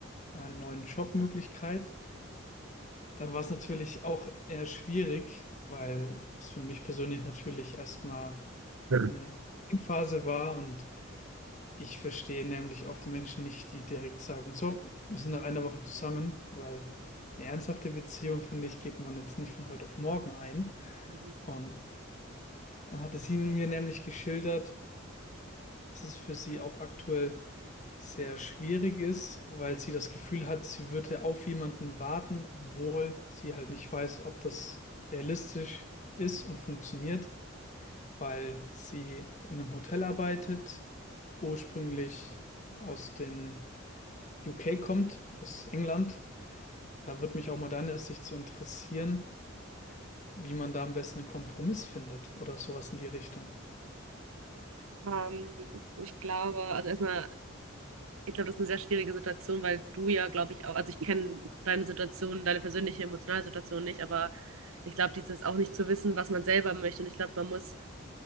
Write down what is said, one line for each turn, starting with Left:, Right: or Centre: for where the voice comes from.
Left: einer neuen Jobmöglichkeit. Dann war es natürlich auch eher schwierig, weil es für mich persönlich natürlich erstmal
Right: Ja.
Left: eine Phase war und ich verstehe nämlich auch die Menschen nicht, die direkt sagen, so, wir sind nach einer Woche zusammen, weil eine ernsthafte Beziehung, finde ich, geht man jetzt nicht von heute auf morgen ein.
Right: Mhm.
Left: Und dann hatte sie mir nämlich geschildert, dass es für sie auch aktuell sehr schwierig ist, weil sie das Gefühl hat, sie würde auf jemanden warten, obwohl sie halt nicht weiß, ob das realistisch ist und funktioniert. weil sie in einem Hotel arbeitet, ursprünglich aus den UK kommt, aus England. Da würde mich auch mal deine Sicht zu interessieren, wie man da am besten einen Kompromiss findet oder sowas in die Richtung.
Right: Ähm, ich glaube, also erstmal Ich glaube, das ist eine sehr schwierige Situation, weil du ja, glaube ich, auch, also ich kenne deine Situation, deine persönliche emotionale Situation nicht, aber ich glaube, dieses auch nicht zu wissen, was man selber möchte. Und ich glaube, man muss